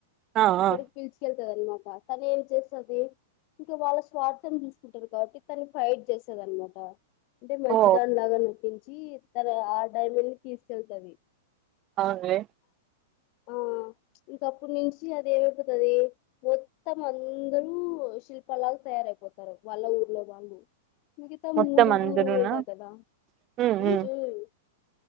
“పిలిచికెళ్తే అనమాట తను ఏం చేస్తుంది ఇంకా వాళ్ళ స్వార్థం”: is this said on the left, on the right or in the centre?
Left